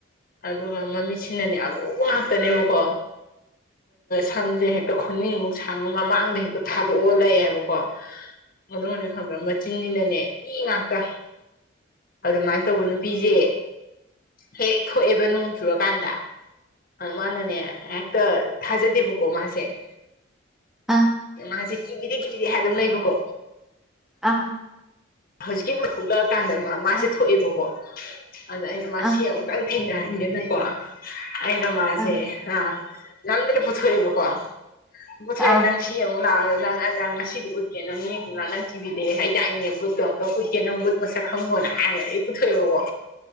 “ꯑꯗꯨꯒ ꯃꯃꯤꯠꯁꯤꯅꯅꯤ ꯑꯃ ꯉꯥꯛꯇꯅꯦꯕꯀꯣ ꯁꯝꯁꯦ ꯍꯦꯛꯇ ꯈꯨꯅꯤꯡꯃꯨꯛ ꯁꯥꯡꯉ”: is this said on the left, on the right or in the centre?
Left